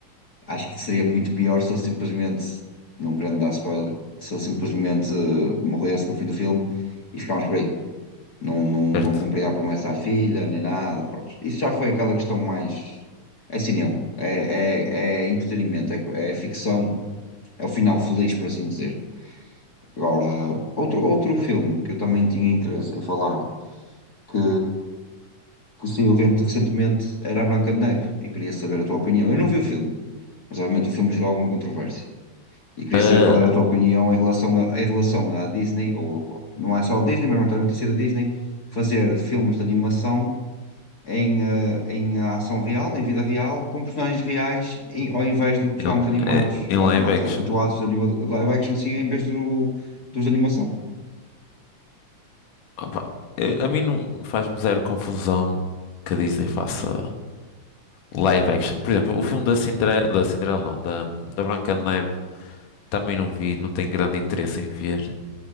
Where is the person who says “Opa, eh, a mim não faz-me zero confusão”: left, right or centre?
Left